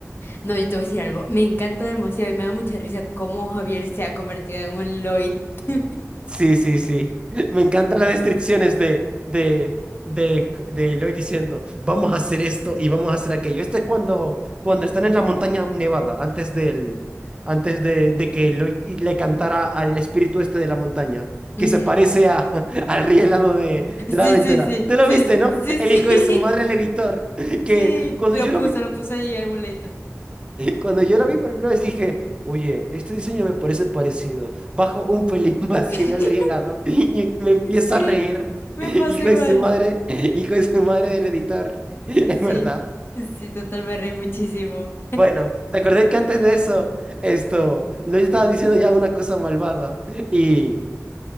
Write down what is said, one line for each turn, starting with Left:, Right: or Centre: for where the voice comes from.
Left: No, yo te voy a decir algo, me encanta demasiado y me da mucha risa cómo Javier se ha convertido en un Lloyd. <laughs>
Right: Sí, sí, sí. <laughs> Me encantan las descripciones de, de, de, de Eloy diciendo, vamos a hacer esto y vamos a hacer aquello. Esto es cuando, cuando están en la montaña nevada, antes del, antes de, de que Eloy y- le cantara al espíritu este de la montaña, que
Left: Ujú.
Right: se parece a, <laughs> al rey helado de, de la
Left: Sí,
Right: aventura.
Left: sí, sí,
Right: ¿Te lo
Left: sí,
Right: viste, no?
Left: sí,
Right: El
Left: sí.
Right: hijo de su madre,
Left: <laughs>
Right: el editor,
Left: Sí,
Right: que cuando
Left: lo
Right: yo
Left: puso,
Right: lo vi
Left: lo puso ahí en algún leito.
Right: cuando yo la vi por primera vez dije, oye, este diseño me parece parecido. Bajo un pelín <laughs> más
Left: <laughs>
Right: y veo el rielado y me empiezo
Left: Sí,
Right: a reír.
Left: me
Right: Hijo
Left: pasó igual.
Right: de su madre, hijo de su madre del editor, <laughs> es
Left: Sí,
Right: verdad.
Left: sí, total, me reí muchísimo.
Right: Bueno, te acordé que antes de eso, esto, lo estaba diciendo ya una cosa malvada y